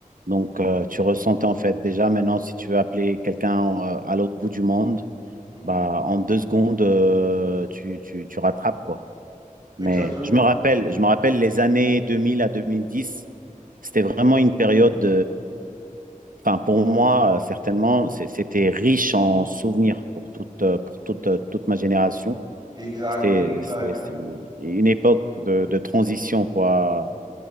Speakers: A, on the right; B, on the right.
A: donc
B: mhm,
A: euh, tu ressentais en fait déjà maintenant si tu veux appeler quelqu'un euh, à l'autre bout du monde,
B: mhm.
A: bah en deux secondes euh, tu, tu, tu rattrapes quoi.
B: Exactement.
A: Mais je me rappelle, je me rappelle les années 2000 à 2010, c'était vraiment une période Enfin, pour moi, euh, certainement, c'est- c'était riche en souvenirs pour toute, euh, pour toute, euh, toute ma génération.
B: Exact,
A: C'était
B: exact.
A: c'est- c'est une époque de, de transition, quoi.